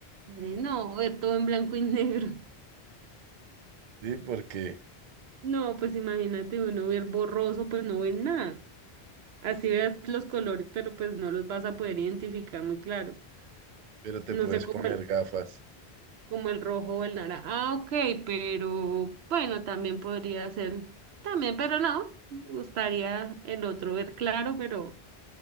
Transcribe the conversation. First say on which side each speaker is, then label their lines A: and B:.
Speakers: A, on the right; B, on the right.
A: No, ver todo en blanco y <laughs> negro.
B: Sí, porque,
A: No, pues imagínate uno ver borroso, pues no ver nada. Así veas los colores, pero pues no los vas a poder identificar muy claro.
B: pero te
A: No
B: puedes
A: sé cómo,
B: poner gafas,
A: como el rojo o el naranja. Ah, ok, pero bueno, también podría ser, también, pero no, me gustaría el otro ver claro, pero